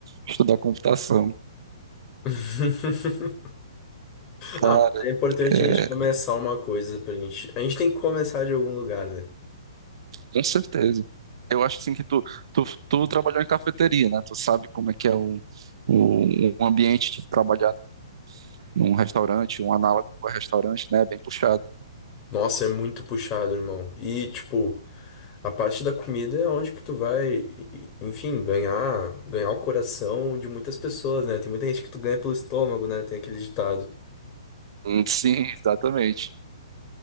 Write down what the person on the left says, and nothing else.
<laughs>
Ah, mas é importante
a gente começar uma coisa pra gente. A gente tem que começar de algum lugar, né?
Nossa, é muito puxado, irmão. E, tipo, a parte da comida é onde que tu vai, e- e- enfim, ganhar, ganhar o coração de muitas pessoas, né? Tem muita gente que tu ganha pelo estômago, né? Tem aquele ditado.